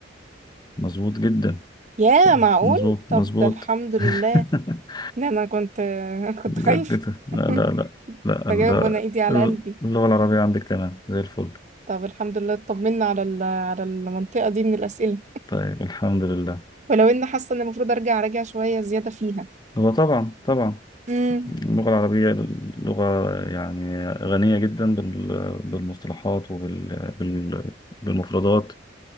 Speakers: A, on the left; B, on the right.
A: مظبوط جدا
B: يا
A: صح.
B: معقول
A: مظبوط
B: طب
A: مظبوط
B: ده الحمد
A: <laughs>
B: لله ان انا كنت <laughs> كنت
A: جود
B: خايفة
A: جدا لا
B: <laughs>
A: لا لا لا
B: بجاوب
A: لا
B: وانا ايدي على قلبي
A: اللغة العربية عندك تمام زي الفل
B: طب الحمد لله اطمنا على ال- على المنطقة دي من الأسئلة
A: طيب الحمد لله
B: ولو اني حاسة ان المفروض ارجع راجع شوية زيادة فيها
A: هو طبعا طبعا
B: مم.
A: اللغة العربية لغة يعني غنية جدا بال- بالمصطلحات وبالمفردات